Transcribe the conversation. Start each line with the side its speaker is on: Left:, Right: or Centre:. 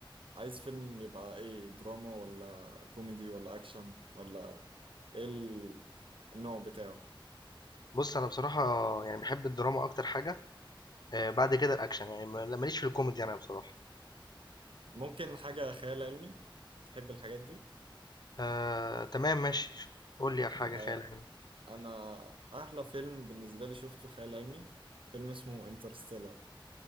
Right: عايز فيلم يبقى ايه دراما ولا كوميدي ولا اكشن ولا ايه ال- النوع بتاعه
Left: بص انا بصراحه يعني بحب الدراما اكتر حاجه آه بعد كده الاكشن يعني ما- ماليش في الكوميدي انا بصراحه
Right: ممكن حاجة خيال علمي تحب الحاجات دي
Left: آه تمام ماشي قول لي حاجه
Right: آه
Left: خيال علمي
Right: انا احلى فيلم بالنسبة لي شفته خيال علمي فيلم اسمه انترستيلر